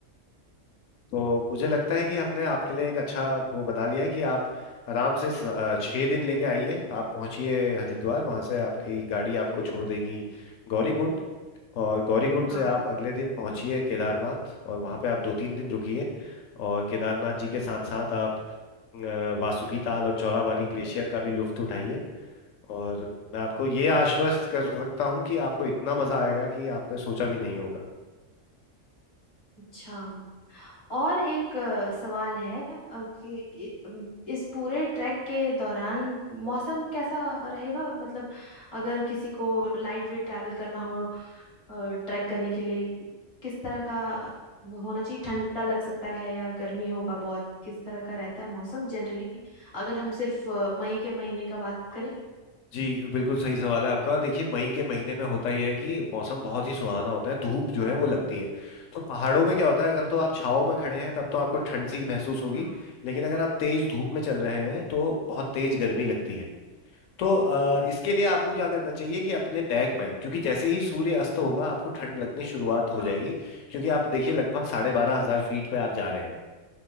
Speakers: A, on the left; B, on the left.
A: तो मुझे लगता है कि हमने आपके लिए एक अच्छा वो बना लिया है कि आप आराम से स- अ, छः दिन लेके आइए आप पहुंचिए हरिद्वार वहां से आपकी गाड़ी आपको छोड़ देगी गौरीकुंड और गौरीकुंड
B: हाँ
A: से आप अगले दिन पहुंचिए केदारनाथ और वहां पे आप दो तीन दिन रुकिए और केदारनाथ जी के साथ साथ आप अ, वासुकी ताल और चौराबाड़ी ग्लेशियर का भी लुत्फ उठाइए और मैं आपको ये आश्वस्त कर सकता हूँ कि आपको इतना मजा आएगा कि आपने सोचा भी नहीं होगा
B: अच्छा और एक अ, सवाल है अ, कि इ- अम, इस पूरे ट्रैक के दौरान मौसम कैसा रहेगा मतलब अगर किसी को लाइट वेट ट्रैवल करना हो ट्रैक करने के लिए किस तरह का होना चाहिए ठंडा लग सकता है या गर्मी होगा बहुत किस तरह का रहता है मौसम जनरली अगर हम सिर्फ अ, मई के महीने का बात करें
A: जी बिल्कुल सही सवाल है आपका देखिए मई के महीने में होता यह है कि मौसम बहुत ही सुहाना होता है धूप जो है वो लगती है तो पहाड़ों में क्या होता है अगर तो आप छाव में खड़े हैं तब तो आपको ठंड सी महसूस होगी
B: हाँ
A: लेकिन अगर आप तेज धूप में चल रहे हैं तो बहुत तेज गर्मी लगती है तो अ, इसके लिए आपको क्या करना चाहिए कि अपने बैग में क्योंकि जैसे ही सूर्य अस्त होगा आपको ठंड लगनी शुरुआत हो
B: हाँ
A: जाएगी क्योंकि आप देखिए लगभग साढ़े बारह हजार फीट पे आप जा रहे हैं